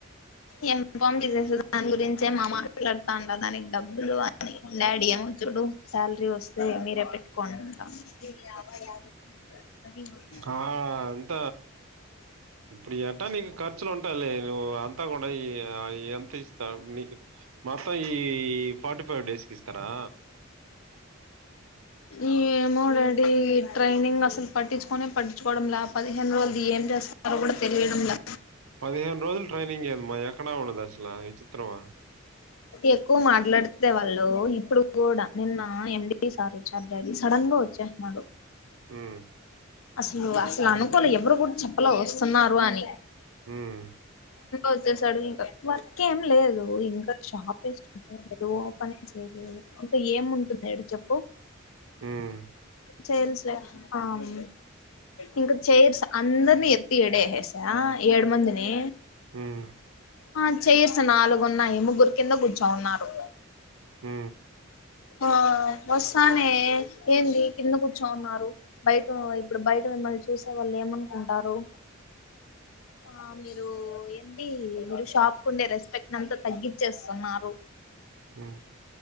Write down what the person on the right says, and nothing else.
ఆహ్ అంత ఇప్పుడు అట్టాగే ఖర్చులు ఉంటా లే నువ్వు అంతా కూడా ఈ ఎంత మీకు మొత్తం ఈ ఫార్టీ ఫైవ్ డేస్కి ఇస్తారా
పదిహేను రోజులు ట్రైనింగ్ ఏదమ్మా ఎక్కడా ఉండదు అసలు విచిత్రమా
ఉమ్
ఉమ్
ఉమ్
ఉమ్
హు
ఉమ్